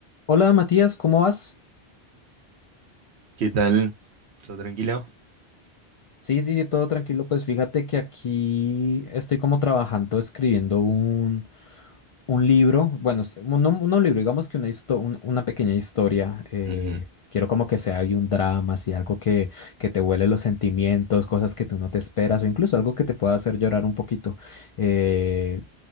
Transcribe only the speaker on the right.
¿Qué tal? ¿Todo tranquilo?
Ujú.